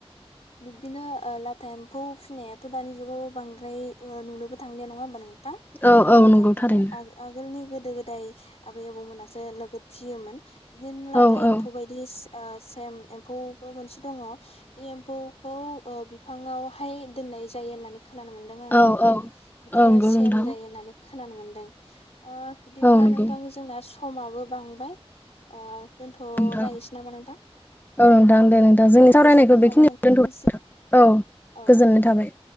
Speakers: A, on the left (about 80°); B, on the left (about 20°).
A: बिबदिनो ओ लाथा एम्फौ फिसिनायाथ' दानि जुगाव बांद्राय ओ नुनोबो थांलिया नङा होमबा नों थां
B: औ औ
A: लाथा
B: नंगौ
A: एम्फौखौ
B: थारैनो
A: आं आगोलनि गोदो गोदाय आबै आबौमोनासो नोगोद फियोमोन। बिदिनो लाथा
B: औ
A: एम्फौ
B: औ
A: बायदि ओ सेम एम्फौबो मोनसे दङ बे एम म्फौखौ ओ बिफाङावहाय दोननाय जायो होननानै खोनानो मोनदों आं
B: औ
A: नोंथां।
B: औ
A: बिदिनो
B: औ नंगौ
A: सेम
B: नोंथां
A: जायो होननानै खोनानो मोनदों। ओ बिदिब्ला
B: औ नंगौ
A: नोंथां जोंना स खमाबो बांबाय ओ दोनथ'लायनोसै
B: नोंथां
A: नामा नोंथां
B: औ नोंथां दे नोंथां जोंनि सावरायनायखौ
A: गोजोननाय
B: बेखिनि
A: थाबाय नोंथांनिसिम
B: दोनथ' बाय औ
A: औ
B: गोजोननाय
A: औ नोंथां
B: थाबाय।